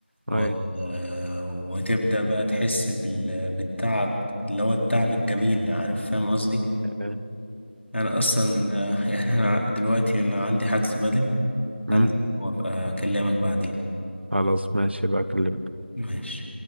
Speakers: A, on the left; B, on the right.
A: و...
B: أي
A: آه، وتبدأ بقى تحس بال... بالتعب اللي هو التعب الجميل عارف فاهم قصدي
B: أي.
A: أنا أصلا آه، <laughs> يعني أنا دلوقتي أنا عندي حجز بدل
B: مم.
A: عندي وأبقى أكلمك بعدين
B: خلاص ماشي بقى أكلمك
A: ماشي